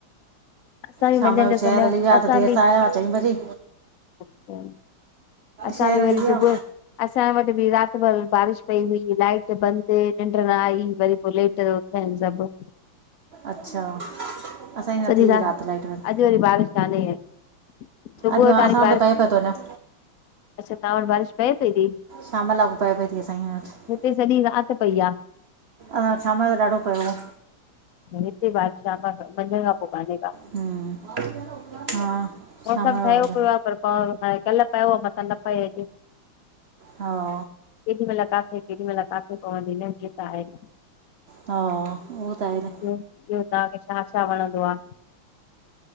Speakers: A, on the left (about 70°); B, on the right (about 45°).
A: असां बि
B: शामा
A: मंझंदि
B: जो शहर
A: सुम्हिया
B: हली वया,
A: असां
B: त देर
A: बि
B: आया चई बजे।
A: अच्छा, असां
B: शहर
A: बि
B: हली
A: वरी
B: विया
A: सुबुह, असां वटि बि राति भर बारिश पई हुई लाइट बंदि निंड न आई, वरी पोइ लेट उथिया आहिनि सभु।
B: अच्छा, असांजी न
A: सॼी
B: थी
A: राति
B: रात लाइट बंद।
A: अॼु वरी बारिश कान्हे सुबुह
B: अॼु‌ असां
A: ताणी बारिश
B: वटि त पए पियो थो वञां।
A: अच्छा, तव्हां वटि बारिश पए पई ती,
B: शाम लाॻू पए पई थी असांजे वटि
A: हिते सॼी रात पई आ।
B: अला शाम जो त ॾाढो पयो आ।
A: हिते बारिश शाम, मंझंद खां पोइ कान्हें का
B: हम्म हा
A: मौसम
B: शाम जो
A: ठयो
B: वॾा
A: पियो आ पर पवणु पए, कल पियो हो, मतां न पए अॼु।
B: हा।
A: केॾी महिल किथे केॾी महिल किथे पवंदी न जीअ त आहे न।
B: हा, उहो त आहे न।
A: ॿियो, ॿियो तांखे छा छा वणंदो आ।